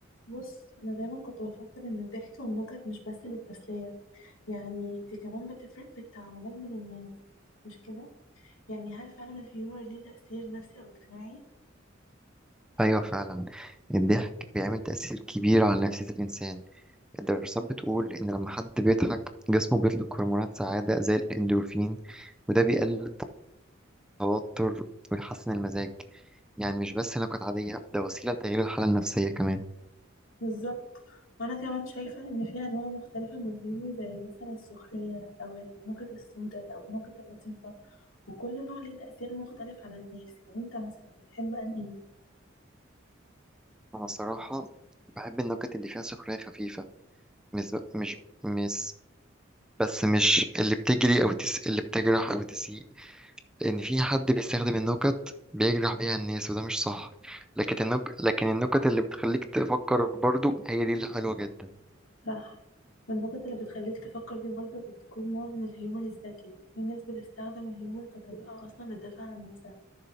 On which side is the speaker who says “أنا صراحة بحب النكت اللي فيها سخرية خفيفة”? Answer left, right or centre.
Centre